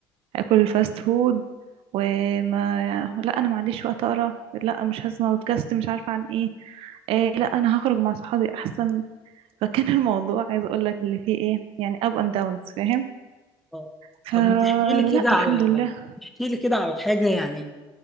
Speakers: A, on the right; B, in the centre.
A: هاكل الفاست فود وما لا انا ما عنديش وقت اقرا لا مش هسمع بودكاست مش عارفه عن ايه إيه لا انا هخرج مع صحابي احسن فكان الموضوع عايزه اقول لك اللي فيه ايه يعني اب اند داونز فاهم
B: آه.
A: فلا
B: طب ما تحكي لي كده على
A: الحمد لله
B: احكي لي كده على حاجة يعني